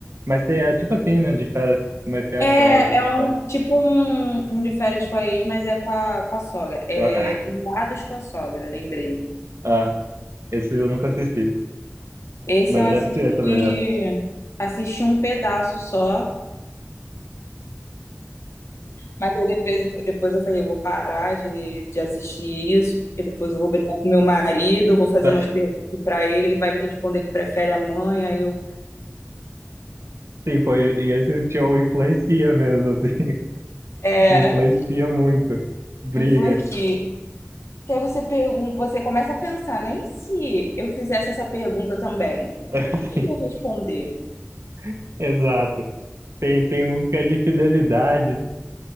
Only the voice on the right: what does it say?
Mas tem, é tipo assim, né? De férias, mas tem a
sogra.
É,
com
a-
<laughs> ah, esse eu nunca assisti.
Mas
deve ser também, é. <laughs>
Tá.
Sim, foi. E esse show influencia mesmo, assim.
<laughs> Influencia muito. Briga.
Assim,
<laughs> exato. Tem, tem uns que é de fidelidade.